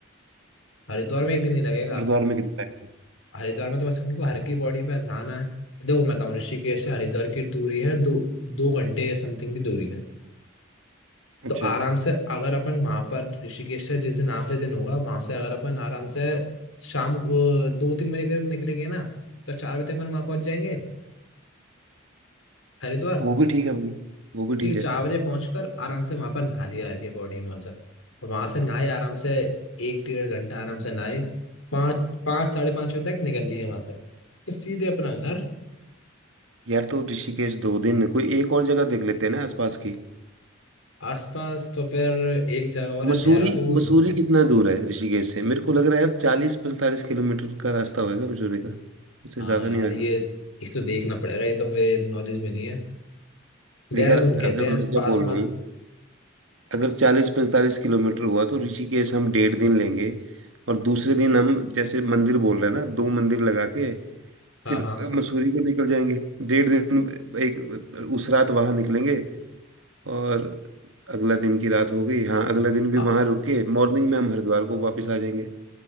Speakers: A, on the left (about 80°); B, on the right (about 75°).
A: हरिद्वार में एक दिन ही लगेगा
B: हरिद्वार में कितना time?
A: हरिद्वार में तो बस हमको हर की बॉडी पे नहाना है देखो मैं बताऊँ ऋषिकेश से हरिद्वार की दूरी है दो दो घंटे समथिंग की दूरी है
B: अच्छा
A: तो आराम से अगर अपन वहां पर ऋषिकेश से जिस दिन आखिरी दिन होगा वहां से अगर अपन आराम से शाम को दो तीन बजे करीब निकलेंगे ना तो चार बजे तक अपन वहां पहुंच जाएंगे हरिद्वार
B: वो भी ठीक है भाई वो भी ठीक
A: ठीक है
B: है
A: चार बजे पहुंचकर आराम से वहां पर नहा लिया हर की बॉडी में मतलब वहां से नहाए आराम से एक डेढ़ घंटा आराम से नहाए पाँच पाँच साढ़े पाँच बजे तक निकल दिए वहां से फिर सीधे अपना घर
B: यार तो ऋषिकेश दो दिन कोई एक और जगह देख लेते हैं ना आसपास की
A: आसपास तो फिर एक जगह और है
B: मसूरी
A: देहरादून
B: मसूरी कितना दूर है ऋषिकेश से मेरे को लग रहा है यार चालीस पैंतालीस किलोमीटर का रास्ता होएगा मसूरी का उससे
A: हाँ
B: ज्यादा
A: यार
B: नहीं होएगा
A: ये एक तो देखना पड़ेगा ये तो मेरे नॉलेज में नहीं है देहरादून
B: देख यार
A: कहते
B: अगर
A: हैं
B: मैं क्या
A: पास
B: बोल
A: में
B: रहा हूँ अगर चालीस पैंतालीस किलोमीटर हुआ तो ऋषिकेश हम डेढ़ दिन लेंगे और दूसरे दिन हम जैसे मंदिर बोल रहे हैं ना दो मंदिर लगा के
A: हाँ
B: फिर
A: हाँ
B: मसूरी को निकल जाएंगे डेढ़ दिन एक उस रात वहां निकलेंगे और अगला दिन की रात हो गई हाँ अगला दिन भी
A: हाँ
B: वहां रुक के मॉर्निंग में हम हरिद्वार को वापस आ जाएंगे